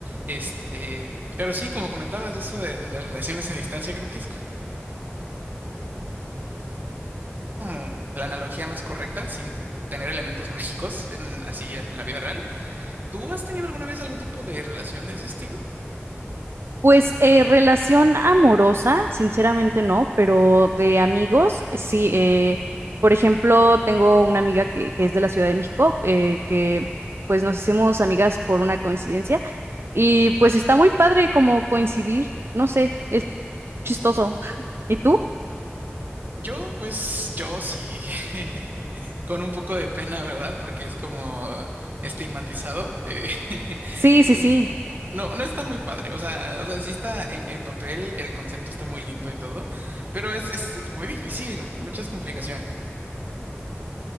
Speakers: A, on the right; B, on the right.
A: Este, pero sí, como comentabas, eso de, de las relaciones a distancia, creo que es co- como la analogía más correcta, sin tener elementos mágicos en, así en la vida real. ¿Tú has tenido alguna vez algún tipo de relación de ese estilo?
B: Pues eh, relación amorosa, sinceramente no, pero de amigos, sí. eh, por ejemplo, tengo una amiga que, que es de la Ciudad de México, eh, que pues nos hicimos amigas por una coincidencia y pues está muy padre como coincidir, no sé, es chistoso. <laughs> ¿Y tú?
A: Yo, pues, yo sí, <laughs> con un poco de pena, ¿verdad? Porque es como estigmatizado. eh, <laughs>
B: Sí,
A: el-
B: sí, sí.
A: No, no está muy padre. O sea, o sea, sí está en, en papel, el concepto está muy lindo y todo, pero es, es, es muy difícil, muchas complicaciones.